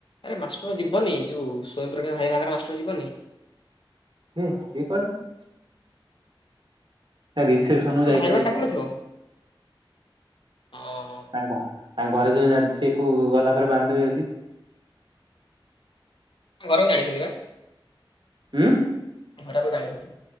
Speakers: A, on the left (about 65°); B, on the right (about 60°).
A: ଆରେ ମାଷ୍ଟର ଯିବନି ଯୋଉ ସୋଇମ୍ ପ୍ରକାସ ଭାଇ ବାହା ଘର ମାଷ୍ଟର ଯିବନି।
B: ହେ ସେ କୁଆଡେ ଜେ ତା ରିସେପସନ କୁ
A: ଆଉ
B: ଯାଇପାରେ
A: ଭାଇ ବାହାଘର
B: କି
A: ଡାକି
B: କଣ
A: ନଥିବ? ଓହୋ
B: ତାଙ୍କ ଘ ତାଙ୍କ ଘରେ ଯୋଦି ଜାଣିଥିବେ କୋଉ ଗଲା ପରେ ବାନ୍ଧି ଦେବେ ଯଦି।
A: ତାଙ୍କ ଘରେ ଜାଣିଛନ୍ତି ବା।
B: ଉଁ।
A: ଝିଅ ଟାକୁ ଜାଣିଛନ୍ତି।